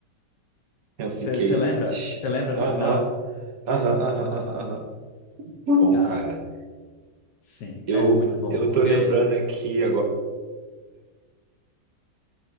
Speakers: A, on the right (about 60°); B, on the left (about 75°).
A: Eu fiquei.
B: Você lembra?
A: ch-
B: Você lembra
A: Aham,
B: do final?
A: aham, aham,
B: Pô,
A: aham, aham. Bom,
B: cara,
A: cara,
B: sim,
A: eu,
B: é muito bom,
A: eu
B: porque
A: tô lembrando aqui